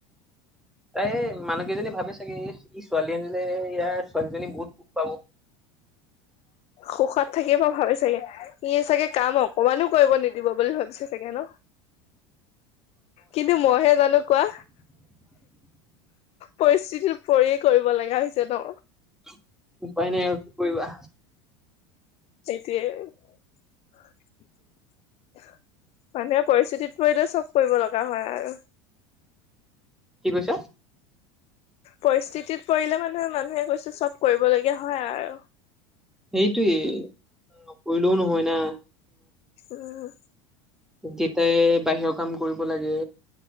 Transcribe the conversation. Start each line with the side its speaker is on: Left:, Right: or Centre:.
Centre: তাই মানুহ কেইজনী ভাবে চাগে ই ছোৱালী আনিলে ইয়াৰ ছোৱালীজনী বহুত দুখ পাব।
Left: সুখত থাকিয়ে মই ভাবি চাগে, সি চাগে কাম অকমানো কৰিব নিদিব বুলি ভাবি চাগে। চাগে ন, কিন্তু মইহে জানো কোৱা। পৰিস্থিতি পৰিয়ে কৰিব লগা হৈছে ন।
Centre: <inaudible> কৰিবা।
Left: সেইটোৱে। মানুহে পৰিস্থিতিত পৰিলে চব কৰিব লগা হয় আৰু।
Centre: কি কৈছা?
Left: পৰিস্থিতিত পৰিলে মানুহে -মানুহে কৈছে চব কৰিবলগীয়া হয় আৰু।
Centre: সেইটোৱে, নকৰিলেও নহয় না।
Left: উম।
Centre: জেতাই বাহিৰৰ কাম কৰিব লাগে।